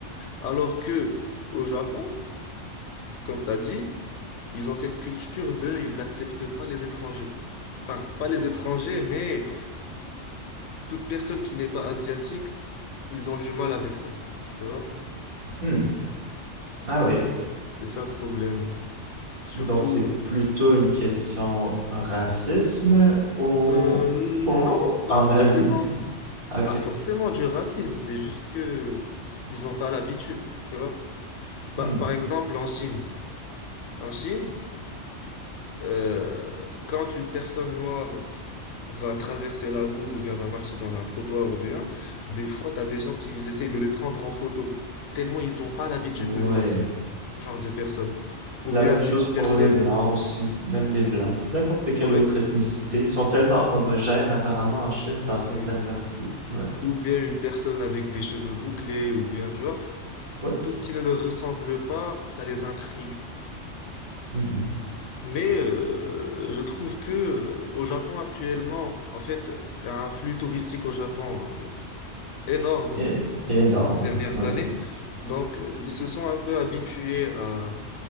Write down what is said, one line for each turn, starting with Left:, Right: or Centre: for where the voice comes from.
Left: alors que au Japon, comme t'as dit. Ils ont cette culture de, ils acceptent pas les étrangers. Enfin, pas les étrangers, mais toute personne qui n'est pas asiatique, ils ont du mal avec ça. Tu vois?
Right: Hmm. Ah
Left: C'est
Right: oui.
Left: ça, le- c'est ça le problème. Surtout,
Right: Donc, c'est plutôt une question racisme au...
Left: euh, non,
Right: au- en
Left: pas forcément.
Right: Asie? Ah, Ok.
Left: Pas forcément du racisme, c'est juste que ils n'ont pas l'habitude. Tu vois?
Right: Hmm.
Left: Bah, par exemple, en Chine. En Chine, euh, quand une personne noire va traverser la route ou bien va marcher dans un trottoir ou bien, des fois, t'as des gens qui ils essayent de les prendre en photo, tellement ils n'ont pas l'habitude
Right: Ouais.
Left: de voir ce, ce genre de personnes. Ou
Right: La
Left: bien
Right: même
Left: si
Right: chose
Left: une
Right: pour
Left: personne,
Right: les Blancs aussi. Même les Blancs. N'importe
Left: ouais,
Right: quelle autre ethnicité. Ils sont tellement
Left: ou,
Right: homogènes apparemment en Chine dans certaines
Left: mm,
Right: parties. Ouais.
Left: ou bien une personne avec des cheveux bouclés, ou bien, tu vois,
Right: Oui.
Left: tout ce qui ne leur ressemble pas, ça les intrigue.
Right: Mhm.
Left: Mais euh, je trouve que euh, au Japon actuellement, en fait, il y a un flux touristique au Japon. énorme
Right: É- énorme.
Left: ces dernières
Right: Ouais.
Left: années. Donc, euh, ils se sont un peu habitués à